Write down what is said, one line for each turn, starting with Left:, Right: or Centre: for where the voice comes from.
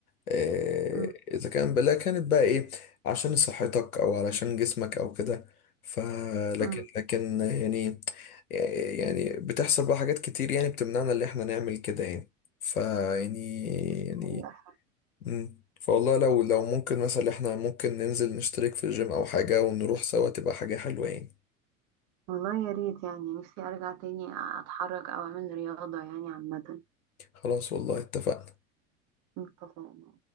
Left: آه،
Right: أمم،
Left: اذا كان بلا كانت بقى ايه عشان صحتك او علشان جسمك او كده فلكن
Right: أمم،
Left: لكن يعني يعني بتحصل بقى حاجات كتير يعني بتمنعنا اللي احنا نعمل كده يعني فيعني يعني يعني
Right: حقيقة
Left: مم. فوالله لو لو ممكن مثلا احنا ممكن ننزل نشترك في الجيم او حاجة ونروح سوا تبقى حاجة حلوة يعني
Right: والله يا ريت يعني نفسي أرجع تاني أتحرك أو أعمل رياضة يعني عامة
Left: خلاص والله اتفقنا
Right: اتفقنا